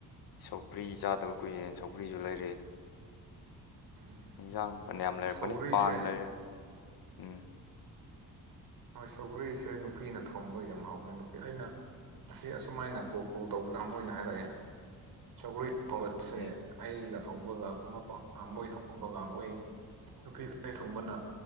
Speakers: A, on the left (about 70°); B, on the right (about 65°).
A: ꯁꯧꯒꯔꯤ ꯆꯥꯗꯕ ꯀꯨꯏꯔꯦꯅ ꯁꯧ꯭ꯒꯔꯤꯁꯨ ꯂꯩꯔꯛ
B: ꯎꯝ
A: ꯏꯟꯖꯥꯡ ꯐꯅ ꯌꯥꯝ ꯂꯩꯔꯛꯄꯅꯤ
B: ꯁꯧꯒ꯭ꯔꯤꯁꯦ
A: ꯄꯥꯟ ꯂꯩꯔꯦ ꯎꯝ
B: ꯍꯣꯏ ꯁꯧꯒ꯭ꯔꯤꯁꯦ ꯅꯨꯄꯤꯅ ꯊꯣꯡꯕ ꯌꯥꯝ ꯍꯥꯎꯕꯅꯦ ꯅꯨꯄꯤ ꯑꯩꯅ ꯑꯁꯤ ꯑꯁꯨꯃꯥꯏꯅ ꯀꯣ ꯀꯣꯜ ꯇꯧꯕꯗ ꯃꯣꯏꯅ ꯍꯥꯏꯔꯛꯑꯦ ꯊꯣꯡꯁꯦ
A: ꯎꯝ
B: ꯑꯩꯒ ꯊꯣꯡꯕꯒ ꯃꯣꯏ ꯊꯣꯡꯕꯒ ꯃꯣꯏ ꯅꯨꯄꯤ ꯈꯔ ꯊꯣꯡꯕꯅ